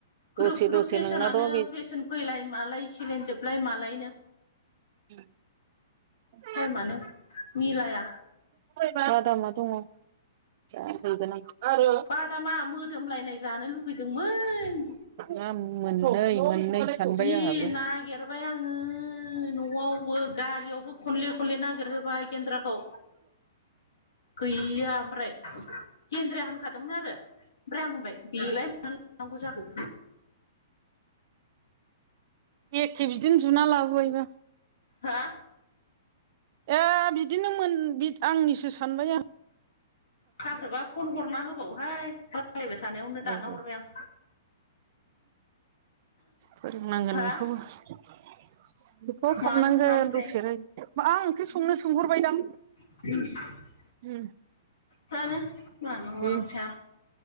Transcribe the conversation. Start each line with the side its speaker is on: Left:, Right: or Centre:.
Left: ग्रोब
Right: दसे
Left: ग्रोब
Right: दसे
Left: फेसनानो
Right: नोंनाथ' बे
Left: फेसन फैलाय मालाय सिलेन जोबलाय मालायनो
Right: उ
Left: टाइमानो मिलाया
Right: बादामा दङ। दा हैगोन आं आरो
Left: बादामा मोदोमलायनाय जानो लुगैदोंमोन
Right: नाम मोननै मोननै सानबाय
Left: जि
Right: आंहाबो
Left: नागिरबाय आङो। न'वावबो गारियावबो खनले खनले नागिर होबाय गेन्द्राखौ। गैया आमफ्राय गेन्द्राया होनखादोंमोन आरो ओमफ्राय आं होनबाय बेलाय मानो लानांगौ जाखो।
Right: एखे बिदिनो जुना लाबोबायबा।
Left: हा
Right: ए बिदिनो मोन आंनिसो सानबाय आं
Left: खाख्रेबा फन हरना होबावोहाय रायलायबाय थानायावनो दानना
Right: ए ए
Left: हरबाय आं
Right: फोरोंनांगोन
Left: हा
Right: बेखौबो ह' खालामनांगोन
Left: मानो हरामोनथाय
Right: दसेनो मा ओंख्रि संनो सोंहरबायदां
Left: <inaudible>
Right: उम
Left: जानो मानो
Right: दे
Left: रंसा